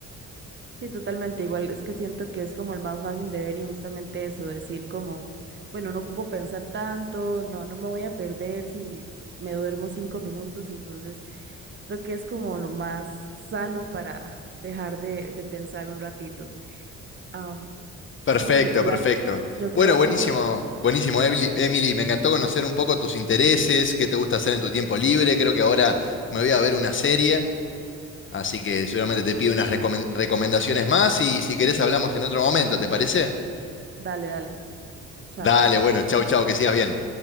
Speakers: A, on the right; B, on the left.
A: Sí, totalmente. Igual es que siento que es como el más fácil de ver y justamente eso, decir como, bueno, no ocupo pensar tanto, no, no me voy a perder si me duermo cinco minutos, entonces creo que es como lo más sano para dejar de, de pensar un ratito. Am,
B: Perfecto,
A: bueno, Nicolás,
B: perfecto.
A: yo creo
B: Bueno, buenísimo,
A: que,
B: buenísimo, Emily, Emily, Me encantó conocer un poco tus intereses, qué te gusta hacer en tu tiempo libre. Creo que ahora me voy a ver una serie, así que seguramente te pido unas recomen- recomendaciones más y si querés hablamos en otro momento, ¿te parece?
A: dale, dale, chao.
B: Dale, bueno, chau, chau, que sigas bien.